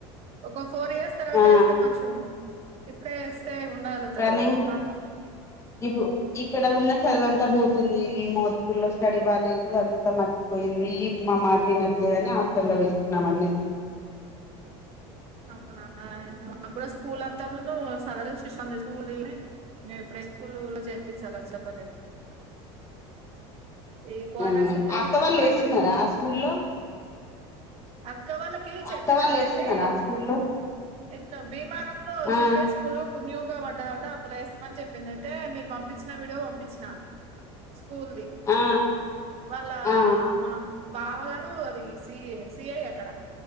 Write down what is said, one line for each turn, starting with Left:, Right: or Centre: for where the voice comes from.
Right: ఒక ఫోర్ ఇయర్స్ తర్వాత
Left: ఆ
Right: అయితే మంచిగా ఉండు ఇప్పుడే. ఏస్తే ఉండగలుగుతారా
Left: కానీ
Right: పాప.
Left: ఇప్పుడు ఇక్కడ ఉన్న చదువంతా పోతుంది మోత్కూర్ లో స్టడీ బాలేదు అంతా మర్చిపోతు. పోయింది మా మరిది తినట్లేదని హాస్టల్లో వేసినమ్మండి.
Right: అవునా <unintelligible> చాలా చెప్పాలి ఇలా ఏ క్వార్టర్స్
Left: అదే అండి.
Right: ఉంటాయి
Left: అక్క
Right: కదా మరి
Left: వాళ్ళు
Right: బయట
Left: వేస్తున్నారా ఆ స్కూల్లో
Right: అక్క వాళ్ళకి చెప్పినా
Left: అక్క వాళ్ళు వేస్తున్నారా
Right: అయితే
Left: ఆ స్కూల్లో
Right: ఎంద భీమారంలో
Left: ఆ
Right: సిబిఎస్ స్కూలు కున్ని న్యూ గా పడ్డదట అందులో ఇస్తామని చెప్పింది అయితే మీరు పంపించిన వీడియో పంపించిన స్కూల్ది
Left: ఆ
Right: వాళ్ళ
Left: ఆ
Right: మా బావ గారు అది సిస్ సి ఐ అక్కడ